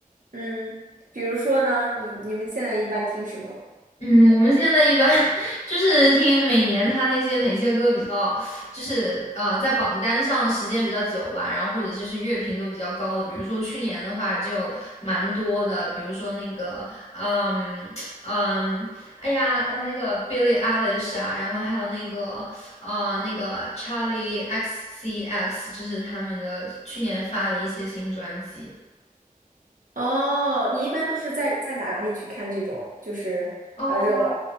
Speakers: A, on the right (about 65°); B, on the left (about 50°).
A: 嗯，比如说呢，你你们现在一般听什么？
B: 嗯，我们现在一般 <laughs> 就是听每年他那些哪些歌比较，就是呃在榜单上时间比较久吧，然后或者就是乐评都比较高的，比如说去年的话就蛮多的，比如说那个嗯嗯，哎呀，呃那个 Billie Eilish 啊，然后还有那个呃那个 Charlie XCX，这是他们的去年发的一些新专辑。
A: 哦，你一般都是在在哪里去看这种就是啊、
B: 哦
A: 热榜？